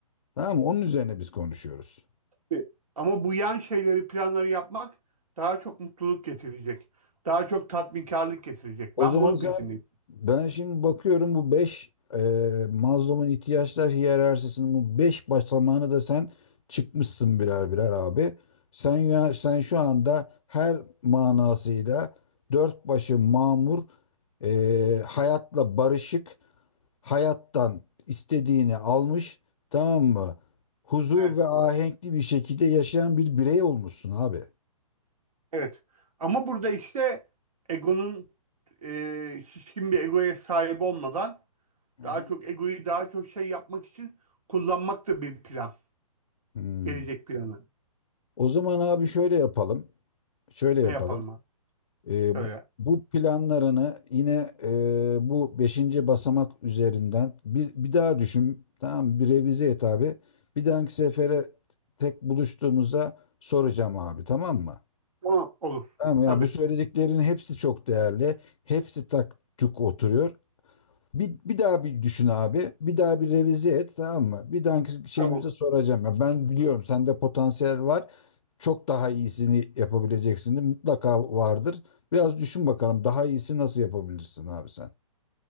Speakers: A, on the left; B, on the right.
A: Tamam mı? Onun üzerine biz konuşuyoruz.
B: Evet. Ama bu yan şeyleri, planları yapmak daha çok mutluluk getirecek. Daha çok tatminkarlık getirecek.
A: O
B: Ben
A: zaman
B: bunun
A: sen
B: peşindeyim.
A: ben şimdi bakıyorum bu beş e, Maslow'un ihtiyaçlar hiyerarşisinin bu 5 basamağını da sen çıkmışsın birer birer abi. Sen ya, sen şu anda her manasıyla dört başı mamur e, hayatla barışık hayattan istediğini almış, tamam mı? Huzur
B: Evet.
A: ve ahenkli bir şekilde yaşayan bir birey olmuşsun abi.
B: Evet. Ama burada işte egonun e, şişkin bir egoya sahip olmadan
A: Hı
B: daha
A: hı.
B: çok egoyu daha çok şey yapmak için kullanmak da bir plan.
A: Hmm.
B: Gelecek planı.
A: O zaman abi şöyle yapalım. Şöyle yapalım.
B: Ne yapalım abi?
A: Ee,
B: Söyle.
A: bu planlarını yine e, bu beşinci basamak üzerinden bir, bir daha düşün. Tamam mı? Bir revize et abi. Bir dahaki sefere tek buluştuğumuzda soracağım abi tamam mı?
B: Tamam. Olur.
A: Tamam ya
B: Tabii.
A: bu söylediklerin hepsi çok değerli. Hepsi tak tuk oturuyor. Bir, bir daha bir düşün abi. Bir daha bir revize et tamam mı? Bir dahaki şeyimize
B: Tamam.
A: soracağım. Ya ben biliyorum sende potansiyel var. Çok daha iyisini yapabileceksin de mutlaka vardır. Biraz düşün bakalım daha iyisi nasıl yapabilirsin abi sen.